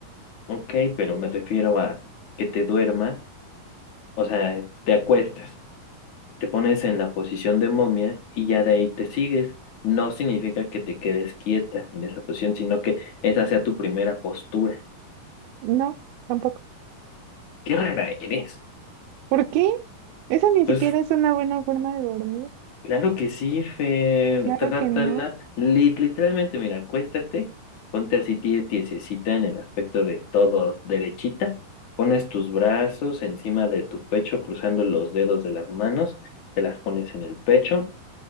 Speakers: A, on the left; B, on the right.
A: ok, pero me refiero a que te duermas, o sea, te acuestas. te pones en la posición de momia y ya de ahí te sigues. No significa que te quedes quieta en esa posición, sino que esa sea tu primera postura.
B: No, tampoco.
A: Qué rara eres.
B: ¿Por qué? Esa ni siquiera
A: Pues
B: es una buena forma de dormir.
A: claro que sí, Fer,
B: Claro
A: trátala.
B: que no.
A: Li- literalmente, mira, acuéstate, ponte así tie- tiesecita en el aspecto de todo derechita, pones tus brazos encima de tu pecho, cruzando los dedos de las manos, te las pones en el pecho